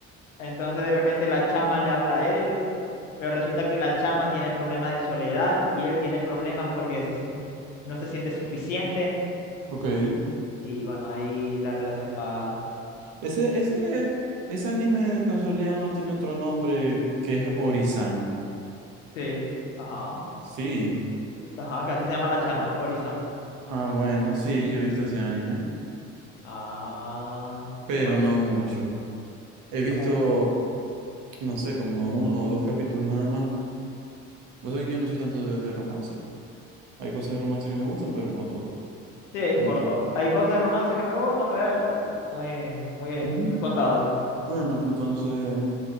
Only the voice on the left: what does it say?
entonces de repente la chama le habla a él, pero resulta que la chama tiene problemas de soledad y él tiene problemas porque s- no se siente suficiente.
Y bueno, ahí la relación va
Sí, ajá,
ajá, casi se llama la chama, Ori-san.
Ah,
bueno,
pero-
sí,
por dos. Hay cosas de romance que me gustan, pero muy, muy,
muy contadas.